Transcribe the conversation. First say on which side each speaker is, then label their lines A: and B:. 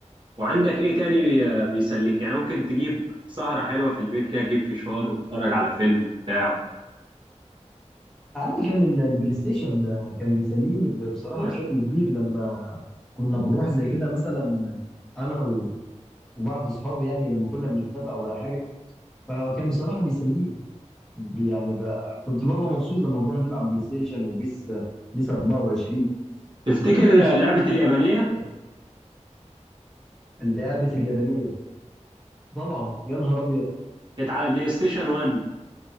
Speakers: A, on the right; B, in the centre.
A: وعندك ايه تاني بي- بيسليك يعني ممكن تجيب سهره حلوه في البيت كده تجيب فشار وتتفرج على فيلم وبتاع
B: عندي كان ال- البلاي ستيشن آه، كان بيسليني ب- بصراحة
A: و...
B: بشكل كبير لما كنا بنروح زي كده مثلا آه، أنا و- وبعض أصحابي يعني لما كنا بنتفق ولا حاجة فكان بصراحة بيسليني ب- يعني ب... كنت ببقى مبسوط لما بروح نلعب بلاي ستيشن وبيس آه، بيس 24
A: تفتكر
B: فكانت يعني بصراحة
A: لعبه
B: من الحاجات
A: اليابانيه
B: الأساسية يعني، اللعبة اليابانية طبعا يا نهار أبيض
A: كانت على بلاي ستيشن 1